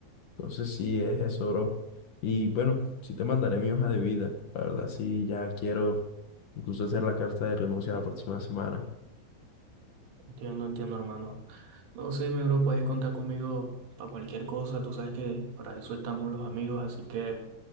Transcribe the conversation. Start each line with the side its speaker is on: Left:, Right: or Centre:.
Left: Entonces sí, es eso, bro. Y bueno, sí te mandaré mi hoja de vida. La verdad, sí, ya quiero incluso hacer la carta de renuncia la próxima semana.
Right: Entiendo, entiendo, hermano. No, sí, mi bro, puedes contar conmigo para cualquier cosa. Tú sabes que para eso estamos los amigos, así que